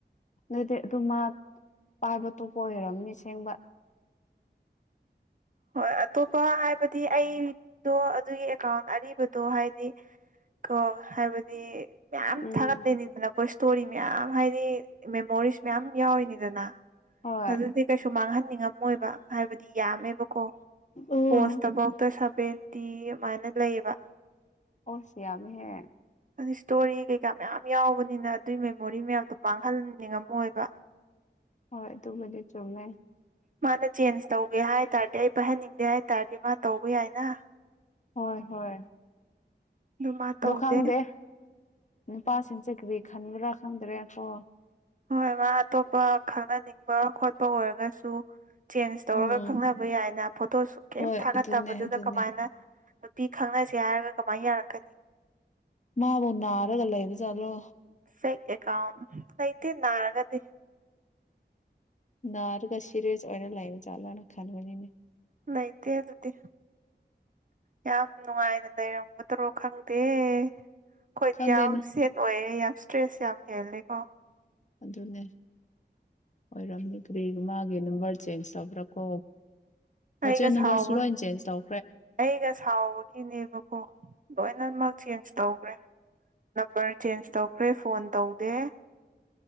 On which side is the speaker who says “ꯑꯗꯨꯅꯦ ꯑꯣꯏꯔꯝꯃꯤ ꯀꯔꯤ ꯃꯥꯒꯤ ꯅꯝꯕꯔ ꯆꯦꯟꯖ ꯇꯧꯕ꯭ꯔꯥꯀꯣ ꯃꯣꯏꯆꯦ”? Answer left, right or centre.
Left